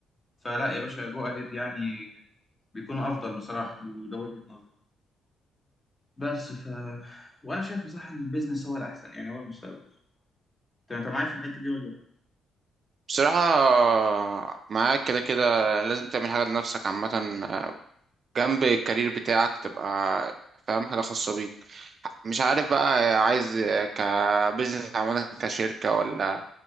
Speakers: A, on the left (about 25°); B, on the right (about 50°).
A: فلا يا باشا جو اهيد يعني بيكون افضل بصراحه وده وجهه نظري بس ف وانا شايف بصراحه ان البيزنس هو الاحسن يعني هو المستقبل انت انت معايا في الحته دي ولا
B: بصراحة آه، معاك كده كده لازم تعمل حاجة لنفسك عامة آه، جنب الكارير بتاعك تبقى فاهم حاجة خاصة بيك مش عارف بقى عايز كبزنس عامة كشركة ولا